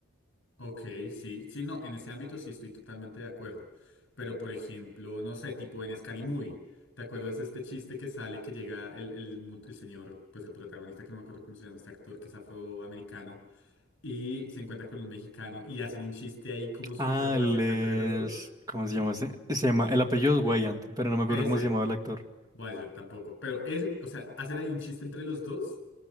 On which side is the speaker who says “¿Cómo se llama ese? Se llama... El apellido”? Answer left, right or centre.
Right